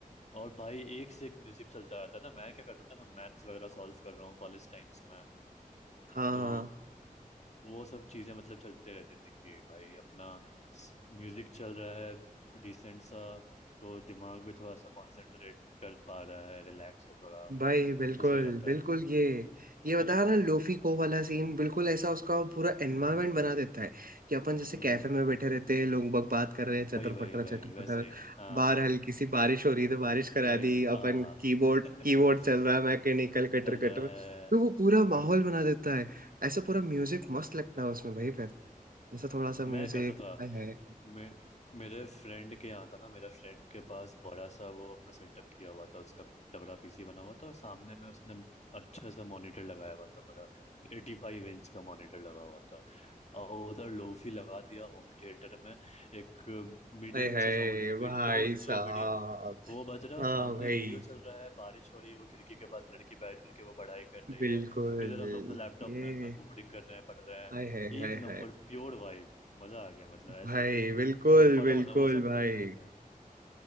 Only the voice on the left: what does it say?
और भाई एक से एक म्यूजिक चलता रहता है ना मैं क्या करता था ना मैथ्स वगैरह सॉल्व कर रहा हूँ कॉलेज टाइम्स में
तो वो सब चीजें मतलब चलते रहते थे कि भाई अपना म्यूजिक चल रहा है डिसेंट सा तो दिमाग भी थोड़ा सा कंसंट्रेट कर पा रहा है रिलैक्स है थोड़ा तो
सही रहता
है
है ना
हम्म
हम्म
वही वही
वही
वैसे
ही हाँ
लाइट्स
आहा
<laughs> चल
रहा
है
हम्म
मैं करता था
मैं मेरे फ्रेंड के यहाँ था ना मेरे फ्रेंड के पास बड़ा सा वो अपना सेटअप किया हुआ था उसका तगड़ा पीसी बना हुआ था और सामने में उसने अच्छा सा मॉनिटर लगाया हुआ था बड़ा एटी फाइव इंच का मॉनिटर लगा हुआ था और उधर लोफी लगा दिया होम थिएटर में एक मीडियम
से साउंड में
लो
लो मीडियम वो बज रहा है और
सामने
वीडियो चल रहा है बारिश हो रही है वो खिड़की के पास लड़की बैठ करके वो पढ़ाई कर रही
है इधर हम लोग अपना लैपटॉप
में अपना कोडिंग कर रहे हैं पढ़ रहे हैं
एक नंबर
प्योर वाइब मजा आ गया मतलब ऐसे
चीज
मतलब पढ़ा
होना वो सब
दिन है